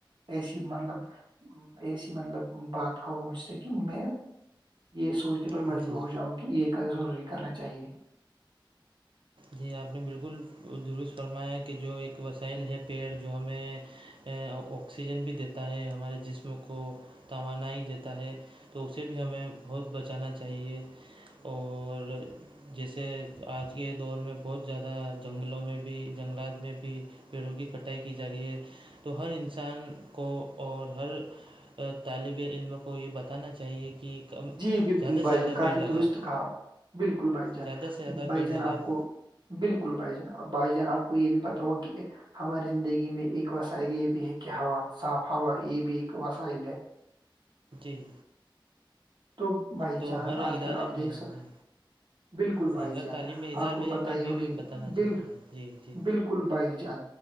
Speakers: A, on the right (about 60°); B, on the right (about 75°).
A: ایسی مطلب ایسی مطلب بات کہو مجھ سے کہ میں یہ سوچ پر
B: جی
A: مجبور ہو جاؤں کہ یہ ضروری کرنا چاہیے
B: جی آپ نے بالکل درست فرمایا کہ جو ایک وسائل ہے پیڑ جو ہمیں آکسیجن بھی دیتا ہے ہمارے جسم کو توانائی دیتا ہے تو اسے بھی ہمیں بہت بچانا چاہیے اور جیسے آج کے دور میں بہت زیادہ جنگلوں میں بھی جنگلات میں بھی پیڑوں کی کٹائی کی جا رہی ہے تو ہر انسان کو اور ہر طالب علم کو یہ بتانا چاہیے کہ کم
A: جی بالکل
B: زیادہ سے
A: بھائی
B: زیادہ
A: جان
B: پیڑ
A: کافی
B: لگائے
A: درست کہا آپ بالکل بھائی جان
B: زیادہ سے زیادہ
A: بھائی
B: پیڑ لگائے
A: جان آپ کو بالکل بھائی جان بھائی جان آپ کو یہ بھی پت ہو کہ ہماری زندگی میں ایک وسائل یہ بھی ہے کہ ہوا صاف ہوا یہ بھی ایک وسائل ہے
B: جی
A: تو بھائی
B: تو
A: جان
B: ہر ادارے
A: آج کل آپ
B: میں
A: دیکھ سکتے
B: جی
A: بالکل
B: جی
A: بھائی
B: ہر
A: جان
B: تعلیمی ادارے
A: آپ کو پت
B: میں
A: ہی
B: بھی
A: ہوگی
B: بتانا
A: بال
B: چاہیے جی جی
A: بالکل بھائی جان